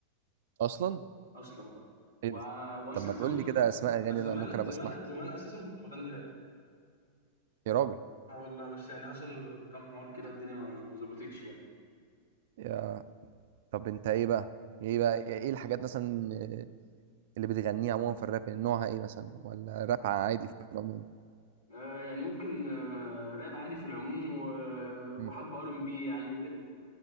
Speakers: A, on the right; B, on the left.
A: اصلا
B: اصلا بقى و...
A: ايه ده
B: واصلا
A: طب ما
B: زمان
A: تقول لي كده اسماء اغاني
B: انا
A: اللي
B: زمان
A: انا ممكن
B: زمان
A: ابقى اسمعها يعني.
B: زمان اساسا كنت بغني راب
A: يا راجل
B: اه والله بس يعني حصل كام حوار كده الدنيا ما ما ظبطتش يعني
A: يا... طب انت ايه بقى ايه بقى ايه الحاجات مثلا اللي بتغنيها عموما في الراب يعني نوعها ايه مثلا ولا راب عادي في العموم
B: آه يعني ممكن آه راب عادي في العموم و...
A: مم.
B: وحب ار ام بي يعني وكده يعني،